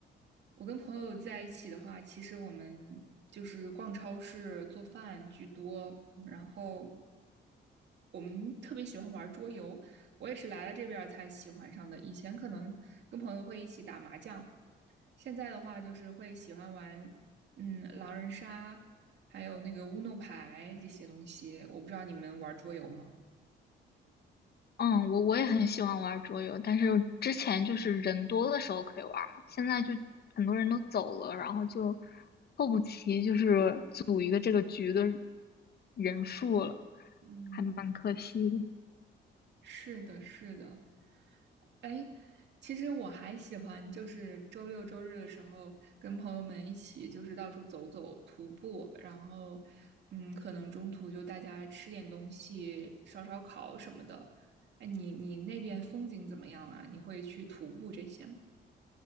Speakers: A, on the right; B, on the left.
A: 我跟朋友在一起的话，其实我们就是逛超市、做饭居多，然后我们特别喜欢玩桌游。我也是来了这边儿才喜欢上的，以前可能跟朋友会一起打麻将，现在的话就是会喜欢玩，嗯，狼人杀，还有那个乌弄牌这些东西。我不知道你们玩桌游吗？
B: 嗯，我我也很喜欢玩桌游，但是之前就是人多的时候可以玩嘛，现在就很多人都走了，然后就凑不齐，就是组一个这个局的人数了，
A: 嗯，
B: 还蛮可惜的。
A: 是的，是的。哎，其实我还喜欢，就是周六周日的时候跟朋友们一起，就是到处走走、徒步，然后，嗯，可能中途就大家吃点东西、烧烧烤什么的。哎，你你那边风景怎么样啊？你会去徒步这些吗？